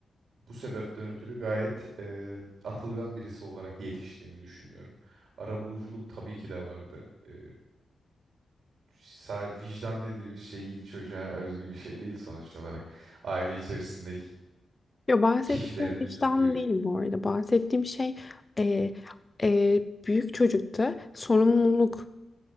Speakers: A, on the right (about 75°); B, on the left (about 20°).
A: Bu sebepten ötürü gayet e, atılgan birisi olarak yetiştiğimi düşünüyorum. Arabuluculuk tabii ki de vardı. E, sa- vicdan dediğimiz şey ilk çocuğa özgü bir şey değil sonuç olarak. Aile içerisindeki
B: Yo, bahsettiğim
A: kişilerin
B: şey
A: üzüldüğünü
B: vicdan değil bu arada. Bahsettiğim şey e, e, büyük çocukta sorumluluk.